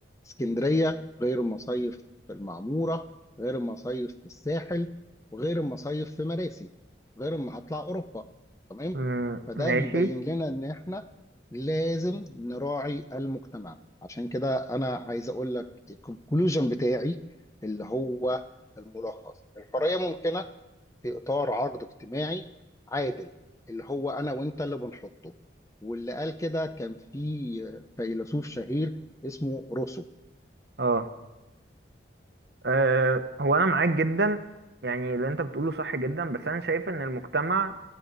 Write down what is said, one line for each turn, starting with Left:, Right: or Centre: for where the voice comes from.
Left: اسكندرية غير المصايف في المعمورة غير المصايف في الساحل وغير المصايف في مراسي غير ما هطلع أوروبا تمام
Right: مم.
Left: فده
Right: ماشي
Left: بيبين لنا إن إحنا لازم نراعي المجتمع عشان كده أنا عايز أقول لك الكونكلوجن بتاعي اللي هو الملخص الحرية ممكنة في اطار عقد اجتماعي عادل اللي هو انا وانت اللي بنحطه واللي قال كده كان في فيلسوف شهير اسمه روسو
Right: اه أه هو انا معاك جدا يعني اللي انت بتقوله صح جدا بس انا شايف ان المجتمع